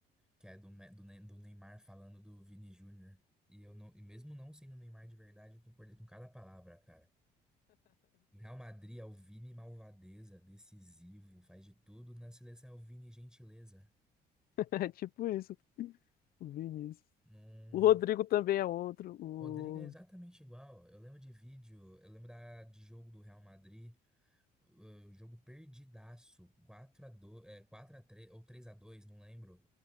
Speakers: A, in the centre; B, on the left.
A: que é do, Me- do, Ne- do Neymar falando do Vini Júnior. E eu não, e mesmo não sendo o Neymar de verdade, eu concordei com cada palavra, cara. Em Real Madrid, é o Vini malvadeza, decisivo, faz de tudo. Na seleção, é o Vini gentileza.
B: É tipo isso, o Vinícius.
A: Num...
B: O Rodrigo também é outro. O...
A: Rodrigo é exatamente igual. Eu lembro de vídeo, eu lembro da, de jogo do Real Madrid, uh, jogo perdidaço, quatro a dois é, quatro a três ou três a dois não lembro.